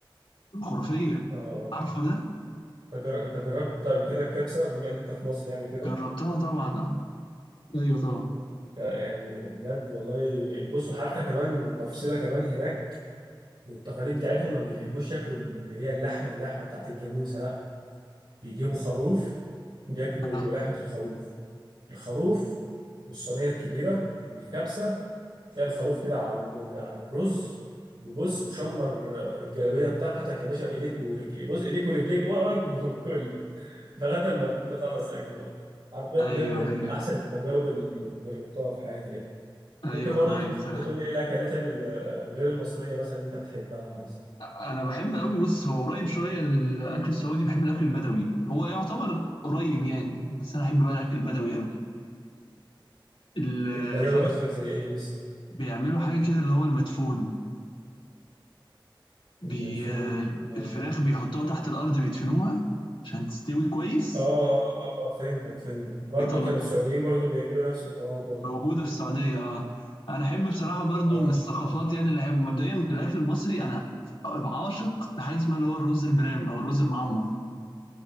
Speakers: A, on the left (about 90°); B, on the right (about 70°).
A: خرافية
B: آه
A: عارفه ده
B: انت جر- أنت جربت قبل كده الكبسه بما ان انت في مصر يعني وكده
A: جربتها طبعا اه ايوه طبعا
B: ف- يعني بجد والله بصوا حتى كمان تفصيله كمان هناك من التقاليد بتاعتهم ما بيحبوش ياكلوا اللي هي اللحمه اللحمه بتاعت الجاموسه لا بيجيبوا خروف بياكلوا
A: آه.
B: لحمه الخروف الخروف والصينيه الكبيره والكبسه تلاقي الخروف كده على ال- على الرز وبص وشمر الجلابيه بتاعتك يا باشا ايديك ورجليك بص ايديك ورجليك واقعد <laughs> وكل لغاية ما تخلص أكل بقى حرفيا
A: ايوه
B: بجد من
A: ايوه
B: أحسن التجارب اللي جربتها في حياتي يعني
A: ايوه
B: ممكن برضه
A: انا معاك
B: أنت
A: بصراحة
B: تقول لي إيه الأكلات ال- الغير المصرية مثلا أنت بتحبها مثلا
A: انا بحب قوي بص هو قريب شوية للاكل السعودي بحب الاكل البدوي هو يعتبر قريب يعني بس انا احب بقى الاكل البدوي قوي الفرخ
B: البدوي قصدك زي إيه مثلا
A: بيعملوا حاجة كده اللي هو المدفون بي...
B: المدفون
A: آه،
B: ما-
A: الفراخ
B: ما-
A: بيحطوها تحت الأرض بيدفنوها عشان تستوي كويس
B: آه آه آه فهمتك فهمت برضه
A: بيطلعوها
B: كانوا السعوديين برضه بيعملوا نفس الحوار برضه
A: موجوده في السعوديه اه انا احب بصراحه برضو
B: آه
A: من الثقافات يعني اللي احب مبدئيا الاكل المصري انا عاشق لحاجه اسمها اللي هو الرز البرام او الرز المعمر